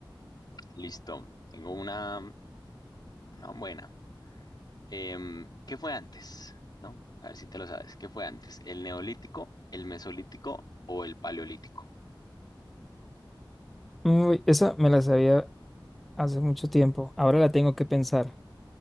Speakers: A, on the left; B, in the centre.
A: Listo. Tengo una, una buena. Em, ¿qué fue antes? ¿No? A ver si te lo sabes. ¿Qué fue antes? ¿El neolítico, el mesolítico o el paleolítico?
B: Uy, esa me la sabía hace mucho tiempo, ahora la tengo que pensar.